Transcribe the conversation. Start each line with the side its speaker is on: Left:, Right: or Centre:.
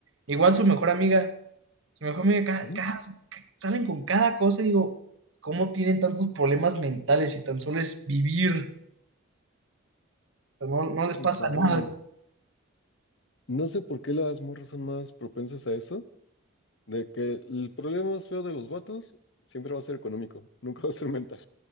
Right: Igual su mejor amiga, su mejor amiga, ca-
Left: Ujú.
Right: cada- ca- salen con cada cosa y digo, ¿cómo tienen tantos problemas mentales y tan solo es vivir? O sea, No, no
Left: Pues,
Right: les
Left: quién
Right: pasa
Left: sabe.
Right: nada.
Left: No sé por qué las morras son más propensas a eso, de que el problema más feo de los vatos siempre va a ser económico, <laughs> nunca va a ser mental.